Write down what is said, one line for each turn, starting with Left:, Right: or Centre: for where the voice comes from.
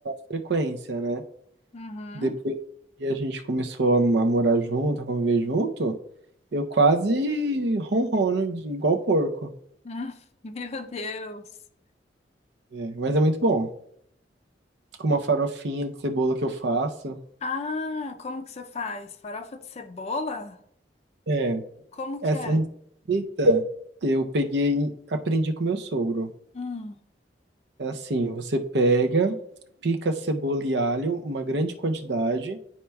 Right: frequência, né?
Left: Uhum.
Right: Depois que a gente começou a a morar junto, a conviver junto, eu quase ronrono de igual porco.
Left: Hum, <laughs> Meu Deus!
Right: É, mas é muito bom. Com uma farofinha de cebola que eu faço.
Left: Ah, como que você faz? Farofa de cebola?
Right: É,
Left: Como que
Right: essa
Left: é?
Right: receita eu peguei, e aprendi com meu sogro.
Left: Hum,
Right: É assim, você pega, pica cebola e alho, uma grande quantidade,